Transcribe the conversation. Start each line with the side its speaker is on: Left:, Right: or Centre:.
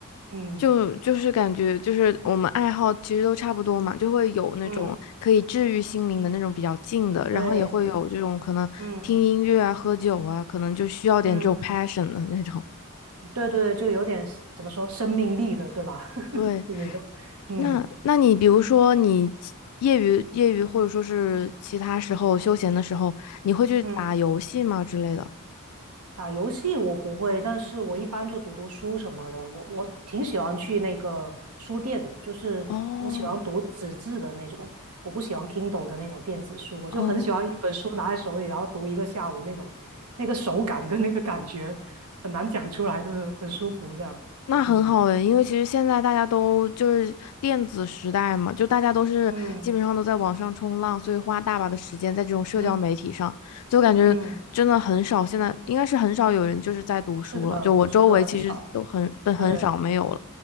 Right: 嗯
Left: 就就是感觉就是我们爱好其实都差不多嘛，就会有那种可以治愈心灵的那种比较静的，
Right: 嗯，对，
Left: 然后也会有这种可能听音乐啊、
Right: 嗯
Left: 喝酒啊，可能就需要点这种
Right: 嗯。
Left: passion 的那种。
Right: 对对对，就有点怎么说生命力的，对吧？<laughs>
Left: 对，
Right: 那种，嗯
Left: 那那你比如说你其业余业余或者说是其他时候休闲的时候，你会去打游戏吗之类的？
Right: 嗯，打游戏我不会，但是我一般就读读书什么的。我我挺喜欢去那个书店的，就是我喜欢读纸质的那种，
Left: 哦
Right: 我不喜欢 Kindle 的那种电子书。我就很喜欢一本书拿在手里，
Left: 哦，
Right: 然后读一个下午那种，那个手感跟那个感觉很难讲出来，就是很舒服这样。
Left: 那很好诶，
Right: 嗯
Left: 因为其实现在大家都就是电子时代嘛，就大家都是基本上都在网上冲浪，
Right: 嗯
Left: 所以花大把的时间在这种社交媒体上，
Right: 嗯
Left: 就感觉真的很少。
Right: 嗯，
Left: 现在应该是很少有人就是在读书了，
Right: 是的，
Left: 就我周围其实都很很很少没有了。
Right: 是的，很少，对，